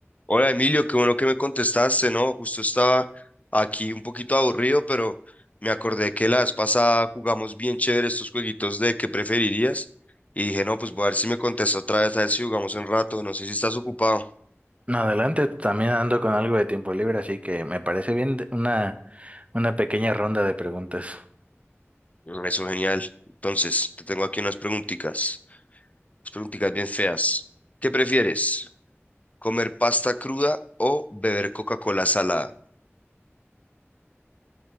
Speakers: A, on the left; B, on the right.
A: Hola Emilio, qué bueno que me contestaste, ¿no? Justo estaba aquí un poquito aburrido, pero me acordé que la vez pasada jugamos bien chévere estos jueguitos de qué preferirías y dije, no, pues voy a ver si me contesta otra vez, a ver si jugamos un rato, no sé si estás ocupado.
B: No, adelante, también ando con algo de tiempo libre, así que me parece bien de- una, una pequeña ronda de preguntas.
A: Mm, Eso genial. Entonces, te tengo aquí unas preguntitas, unas preguntitas bien feas. ¿Qué prefieres? ¿Comer pasta cruda o beber Coca-Cola salada?